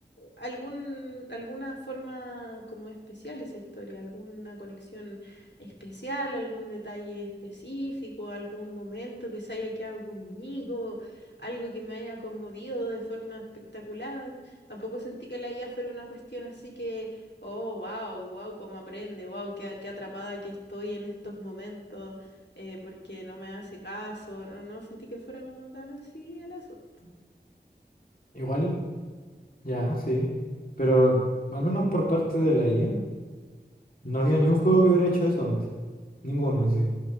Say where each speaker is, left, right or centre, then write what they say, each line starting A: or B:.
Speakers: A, on the left; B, on the left.
A: algún alguna forma como especial esa historia, alguna conexión especial, algún detalle específico, algún momento que se haya quedado conmigo, algo que me haya conmovido de forma espectacular. Tampoco sentí que la IA fuera una cuestión así que, oh, wow, wow, cómo aprende, wow, qué, qué atrapada que estoy en estos momentos, eh, porque no me hace caso. No, no sentí que fuera como tan así el asunto.
B: Igual, ya, sí. Pero al menos por parte de la IA, no había ni un juego que hubiera hecho eso antes. Ninguno, sí.